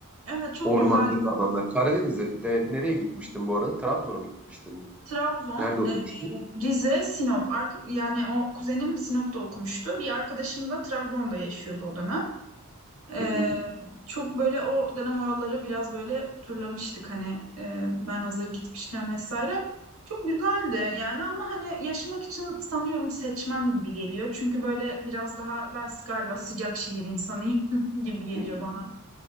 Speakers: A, on the right; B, in the centre.
A: evet çok
B: Ormanlık
A: güzel.
B: alanlar. Karadeniz'e de nereye gitmiştin bu arada? Trabzon'a mı gitmiştin?
A: Trabzon,
B: Nerede okumuştun?
A: e, Rize, Sinop. Ark- yani o kuzenim Sinop'ta okumuştu. Bir arkadaşım da Trabzon'da yaşıyordu o dönem. Ee,
B: Hı hı.
A: çok böyle o dönem oraları biraz böyle turlamıştık hani e, ben hazır gitmişken vesaire. Çok güzeldi yani ama hani yaşamak için sanıyorum seçmem gibi geliyor. Çünkü böyle biraz daha ben galiba sıcak şehir insanıyım <laughs> gibi geliyor
B: hı.
A: bana.